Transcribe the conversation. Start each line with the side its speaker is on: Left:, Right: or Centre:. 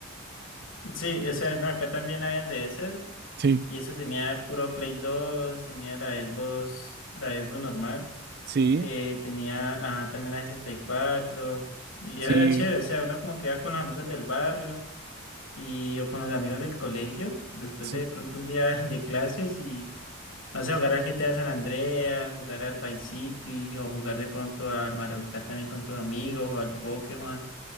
Left: Sí, o sea, no, acá también habían de esas.
Right: Sí,
Left: Y eso tenía puro Play dos tenía la Xbox, la Xbox normal.
Right: sí,
Left: eh, tenía, ajá, también la 64. Y cuatro. Y
Right: sí,
Left: eso era chévere, o sea, uno como que iba con los amigos del barrio. y o con los amigos del colegio, después
Right: sí.
Left: de, de pronto un día <laughs> de clases y no sé, jugar al GTA San Andreas, jugar al Vice City o jugar de pronto al Mario Kart también con tus amigos o al Pokémon.